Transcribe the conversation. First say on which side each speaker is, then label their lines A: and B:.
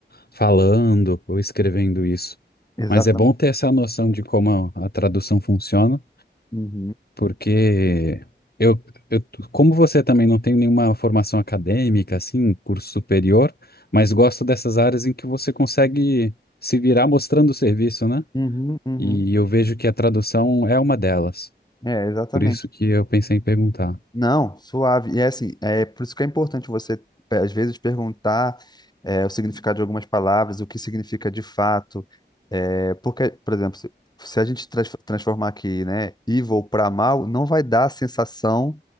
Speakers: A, on the left (about 55°); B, on the left (about 20°).
A: falando ou escrevendo isso.
B: Exatamente.
A: Mas é bom ter essa noção de como a a tradução funciona.
B: Uhum,
A: Porque eu, eu, como você também não tem nenhuma formação acadêmica, assim, curso superior, mas gosto dessas áreas em que você consegue se virar mostrando o serviço, né?
B: uhum, uhum.
A: E eu vejo que a tradução é uma delas.
B: É, exatamente.
A: Por isso que eu pensei em perguntar.
B: Não, suave. E é assim, é por isso que é importante você, pe- às vezes, perguntar é, o significado de algumas palavras, o que significa de fato. É, porque, por exemplo, se, se a gente trans- transformar aqui, né, evil para mal, não vai dar a sensação